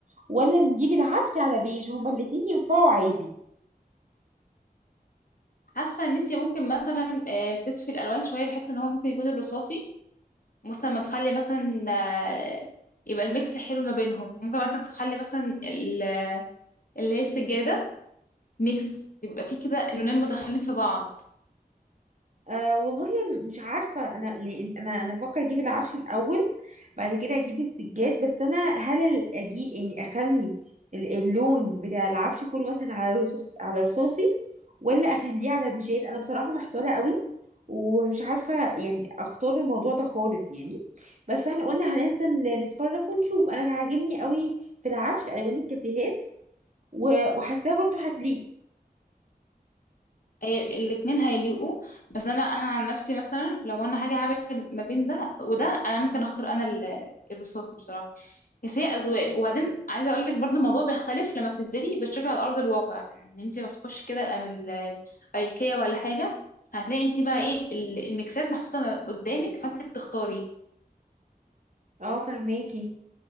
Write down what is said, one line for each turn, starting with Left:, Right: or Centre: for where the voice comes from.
Right: ولا نجيب العفش على بيج هما الاتنين ينفعوا عادي
Left: حاسة ان انت ممكن مثلا آه، تطفي الالوان شوية بحيث ان هو ممكن يكون الرصاصي مثلا ما تخلي مثلا آه، يبقى الميكس حلو ما بينهم ممكن مثلا تخلي مثلا ال- اللي هي السجادة ميكس يبقى فيه كده لونين مدخلين في بعض
Right: أه والله مش عارفة أنا يعني أنا أنا بفكر أجيب العفش الأول بعد كده أجيب السجاد بس أنا هل ال- أجي يعني أخلي ال- اللون بتاع العفش كله مثلا على رصاص على رصاصي ولا أخليه على بيجات أنا بصراحة محتارة قوي ومش عارفة يعني أختار الموضوع ده خالص يعني بس احنا قلنا هننزل نتفرج ونشوف أنا عاجبني قوي في العفش ألوان الكافيهات و- وحاساه برضه هتليق
Left: آه، الاتنين هيليقوا بس انا انا عن نفسي مثلا لو انا هاجي اعمل ما بين ده وده انا ممكن اختار انا ال- الرصاصي بصراحه بس هي اذواق وبعدين عايزه اقول لك برضو الموضوع بيختلف لما بتنزلي بتشوفي على ارض الواقع ان انت ما بتخش كده الأم- ال- الايكيا ولا حاجه هتلاقي انت بقى ايه ال- الميكسات محطوطه قدامك فانت بتختاري
Right: اه فهماكي